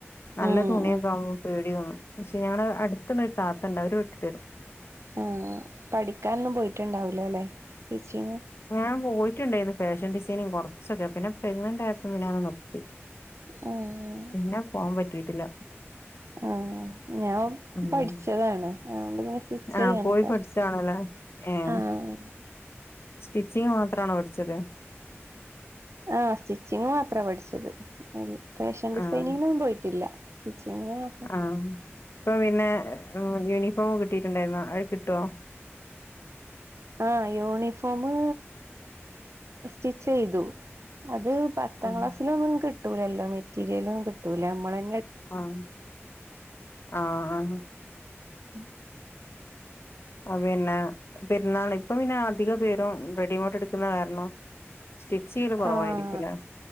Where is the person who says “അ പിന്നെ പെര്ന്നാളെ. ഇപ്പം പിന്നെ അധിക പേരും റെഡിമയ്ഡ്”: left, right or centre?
Left